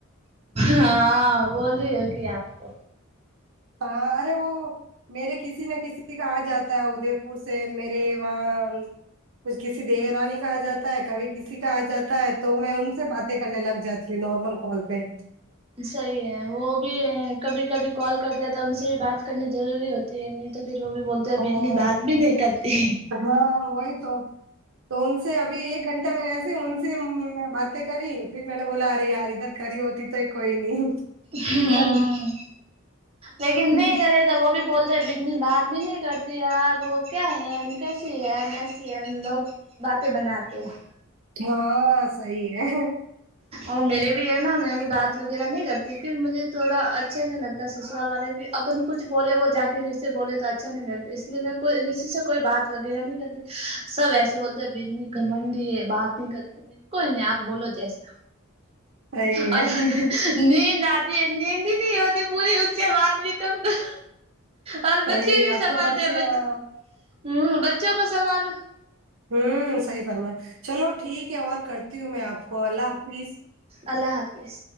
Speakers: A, on the right; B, on the right.
A: ہاں بول رہی ہوگی آپ کو
B: ہاں ارے وہ میرے کسی نا کسی کا آجاتا ہے ادے پور سے میرے وہاں کچھ کسی دیورانی کا آ جاتا ہے کبھی کسی کا آ جاتا ہے تو میں ان سے باتیں کرنے لگ جاتی ہوں نارمل کال پے
A: صحیح ہے وہ بھی کبھی کبھی کال کرتے ہیں تو ان سے بھی بات کرنی ضروری ہو تی ہے نہیں تو پھر وہ بھی بولتے اب
B: ہاں
A: اتنی بات بھی نہیں کرتی
B: ہاں وہی تو تو ان سے ابھی ایک گھن ٹہ میں نے ایسے ان سے باتیں کری پھر میں نے بولا ارے یار ادھر کری ہوتی تو ہی کوئی نہیں
A: ہمم
B: چل
A: لیکن
B: ٹھیک
A: نہیں کرے وہ بھی بولتے ہیں اتنی بات بھی نہیں کرتی یار وہ کیا ہے کیسی ہے ایسی ہے لوگ باتیں بناتے ہیں
B: ہاں صحیح ہے
A: اور میرے بھی ہے نا میں بھی بات وغیرہ نہیں کرتی پھر مجھے تھوڑا اچھا نہیں لگتا سسرال والے بھی اپن کچھ بولے وہ جا کے کسی سے بولے تو اچھا نہیں لگتا اس لیے میں کوئی کسی سے کوئی بات وغیرہ نہیں کرتی سب ایسے بولتے ہیں بیندنی گھمنڈی ہے بات نہیں کرتے میں کوئی نہیں آپ بولو جیسے
B: صحیح
A: اور
B: ہے
A: نیند آتی ہے نیند ہی نہیں ہوتی پوری ان سے بات بھی کم کر اور
B: صحیح
A: بچے نہیں
B: ہے اب
A: سنبھلتے
B: تو
A: بچے
B: آ،
A: ہمم بچوں کو سنبھالوں
B: ہمم صحیح فرما چلو ٹھیک ہے اور کرتی ہوں میں آپ کو اللہ حافظ
A: اللہ حافظ